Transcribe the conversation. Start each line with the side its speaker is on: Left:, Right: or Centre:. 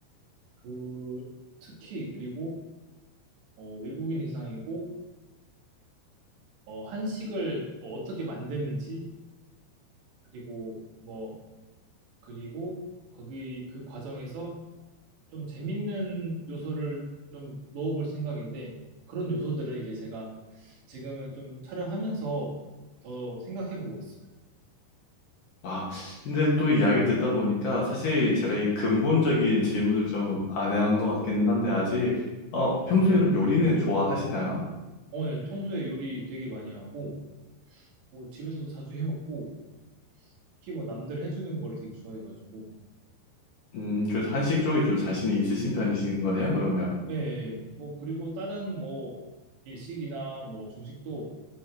Right: 그 특히 그리고 어, 외국인 이상이고 어, 한식을 뭐 어떻게 만드는지 그리고 뭐 그리고 거기 그 과정에서 좀 재밌는 요소를 좀 넣어볼 생각인데 그런 요소들은 이제 제가 지금은 좀 촬영하면서 더 생각해보고 있어요.
Left: 아, 근데 또 이야기를 듣다 보니까 사실 제가 이 근본적인 질문을 좀 안 한 것 같기는 한데, 아직, 어, 평소에 그럼 요리는 좋아하시나요?
Right: 오늘 평소에 요리 되게 많이 하고 뭐 집에서도 자주 해먹고 특히 뭐 남들 해주는 걸 되게 좋아해가지고
Left: 음, 그래서 한식 쪽에 좀 자신이 있으신 편이신 거네요, 그러면.
Right: 예, 예. 뭐 그리고 다른 뭐 일식이나 뭐 중식도